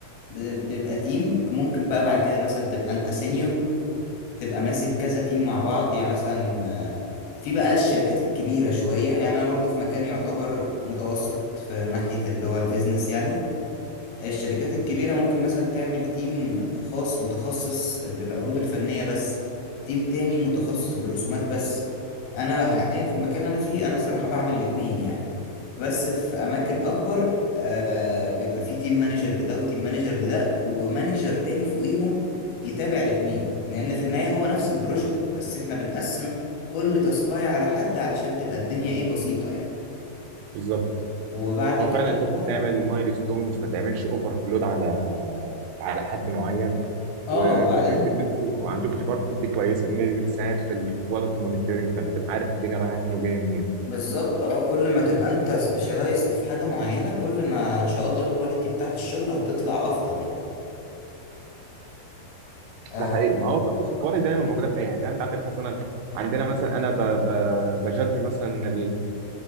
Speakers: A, on the left (about 75°); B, on the right (about 90°).
A: ب- بيبقى تيم ممكن بقى بعد كده مثلا تبقى انت سينيور تبقى ماسك كذا تيم مع بعض يعني مثلا آه، في بقى الشركات الكبيرة شوية يعني انا برضو في مكان يعتبر متوسط في ناحية اللي هو البيزنس يعني الشركات الكبيرة ممكن مثلا تعمل تيم خاص متخصص بالعروض الفنية بس تيم تاني متخصص بالرسومات بس أنا حاليا
B: مم.
A: في المكان اللي أنا فيه أنا صراحة بعمل الاتنين يعني بس في أماكن أكبر آه بيبقى فيه تيم مانجر لده وتيم مانجر لده ومانجر تاني فوقيهم يتابع الاتنين لأن في النهاية هو نفس البروجكت بس إحنا بنقسم كل تاسكاية على حد علشان تبقى الدنيا إيه بسيطة يعني
B: بالظبط
A: وبعد
B: هو
A: كده
B: فعلا لازم
A: بقى-
B: تعمل مايل ستونز ما تعملش اوفرلود على على حد معين
A: اه
B: وفكره
A: وبعدين
B: ان انتوا عندكم ديبارتمنتس دي كويسه ان هي بتساعد في الكواليتي مونيتورنج فانت تبقى عارف الدنيا رايحه فين وجايه منين
A: بالظبط اه كل ما تبقى انت سبيشالايزد في حاجة معينة كل ما ان شاء الله الكواليتي بتاعت الشغل هتطلع افضل يعني آه
B: ده حقيقي ما هو بص القوارض دايما موجوده في اي حته يعني انت عندك مثلا عندنا مثلا انا ب... ب... بجدج مثلا